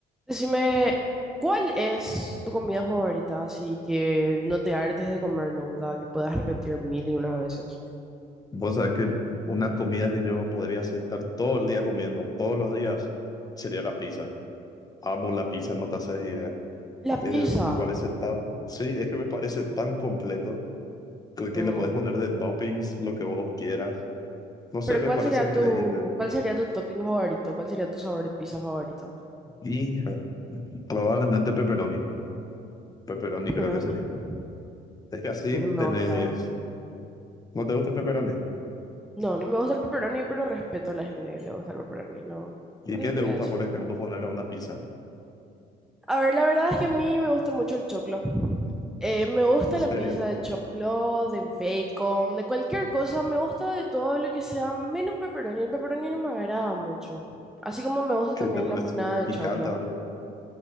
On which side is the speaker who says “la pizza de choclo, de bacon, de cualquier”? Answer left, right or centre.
Centre